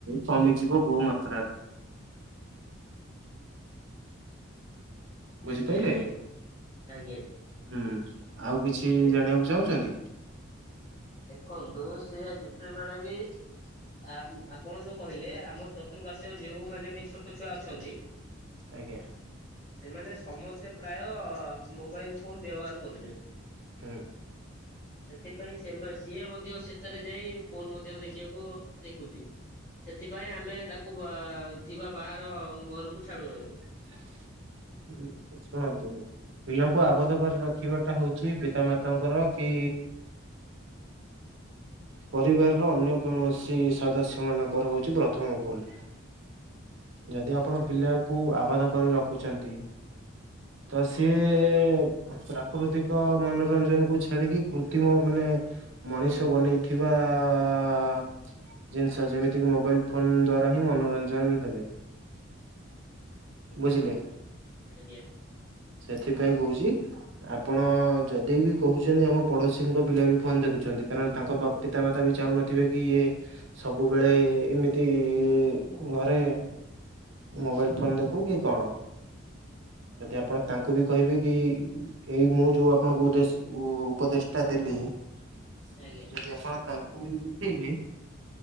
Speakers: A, on the right; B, on the left.
A: କମିଯିବ ବହୁ ମାତ୍ରାରେ। ବୁଝିପାଇଲେ
B: ଆଜ୍ଞା ଆଜ୍ଞା ଆଜ୍ଞା
A: ହୁଁ ଆଉ କିଛି
B: ଦେ-
A: ଜାଣିବାକୁ ଚାହୁଁଛନ୍ତି।
B: ଦେଖନ୍ତୁ ସେ ଯେତେବେଳେ ବି ଆ- ଆପ୍ ଆପଣ ଯୋଉ କହିଲେ ଆମ ଚତୁଃପାର୍ଶ୍ଵରେ ଯେଉଁମାନେ ବି ଛୋଟ ଛୁଆ ଅଛନ୍ତି
A: ଆଜ୍ଞା।
B: ସେମାନେ ସମସ୍ତେ ପ୍ରାୟ ମୋବାଇଲ୍ ଫୋନ୍ ବ୍ୟବହାର କରୁଛନ୍ତି‌।
A: ହୁଁ।
B: ଏଥିପାଇଁ ସେମା ସିଏ ମଧ୍ୟ ସେଠାରେ ଯାଇ ଫୋନ୍ ମଧ୍ୟ ଦେଖିବାକୁ ଦେଖୁଛି ସେଥିପାଇଁ ଆମେ ତାକୁ ତାକୁ ବା ଥିବା ବାହାର ଘରକୁ ଛାଡୁନାହୁଁ।
A: <unintelligible> ଶୁଣନ୍ତୁ ପିଲାଙ୍କୁ ଆବଦ୍ଧ କରି ରଖିବାଟା ହଉଛି ପିତାମାତାଙ୍କର କି ପରିବାରର ଅନ୍ୟ କୌଣସି ସଦସ୍ୟ ମାନଙ୍କର ହଉଛି ପ୍ରଥମ ଭୁଲ୍। ଯଦି ଆପଣ
B: ଆଜ୍ଞା
A: ପିଲାକୁ ଆବାଧ କରି ରଖୁଛନ୍ତି ତ ସିଏ ପ୍ରାକୃତିକ ମନୋରଞ୍ଜନ କୁ ଛାଡିକି କୃତ୍ରିମ ମାନେ ମଣିଷ ବନେଇଥିବା ଆ ଜିନିଷ ଯେମିତିକି ମୋବାଇଲ ଫୋନ ଦ୍ଵାରା ହିଁ ମନୋରଞ୍ଜନ ହେବେ। ବୁଝିଲେ।
B: ଆଜ୍ଞା।
A: ସେଥିପାଇଁ କହୁଚି ଆପଣ ଯଦି ବି କହୁଚନ୍ତି ଆମ ପଡୋଶୀଙ୍କ ପିଲା ବି ଫୋନ ଦେଖୁଚନ୍ତି କାରଣ ତାଙ୍କ ବାପ ପିତାମାତା ବି ଚାହୁଁନଥିବେ କି ଇଏ ସବୁବେଳେ ଏମିତି ଘରେ ମୋବାଇଲ ଫୋନ ଦେଖୁ କି କଣ ଯଦି ଆପଣ ତାଙ୍କୁ ବି କହିବେ କି ଏଇ ମୁଁ ଯୋଉ ଆପଣଙ୍କୁ ଉଦେଶ ଉପଦେଶ ଟା ଦେଲି ଯଦି
B: ଆଜ୍ଞା
A: ଆପଣ ତାଙ୍କୁ <unintelligible>